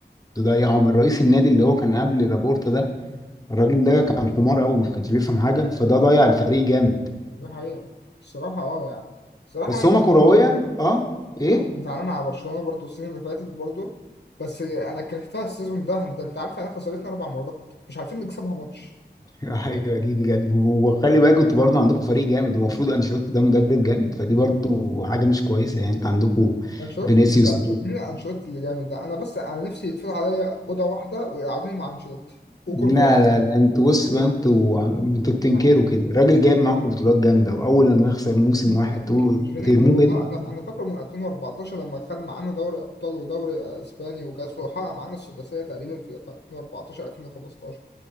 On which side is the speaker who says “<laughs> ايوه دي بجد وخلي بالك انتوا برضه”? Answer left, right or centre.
Left